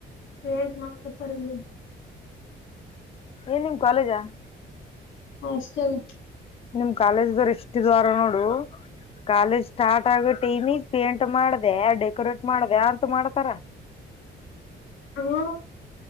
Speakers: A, on the left; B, on the left.
A: ಪೇಂಟ್ ಮಾಡಕತಾರಲ್ಲಿ
B: ಏನ್ ನಿಮ್ ಕಾಲೇಜಾ
A: ಹಾಸ್ಟಲ್
B: ನಿಮ್ ಕಾಲೇಜ ದವರು ಎಷ್ಟಿದ್ವಾರ ನೋಡು ಕಾಲೇಜ್ ಸ್ಟಾರ್ಟ್ ಆಗುತ್ತೆ ತೇಮ ಪೇಂಟ್ ಮಾಡಿದೆ ಡೆಕೋರೇಟ್ ಮಾಡಿದೆ ಅಂತ ಮಾಡ ಪರ
A: ಹ್ಮ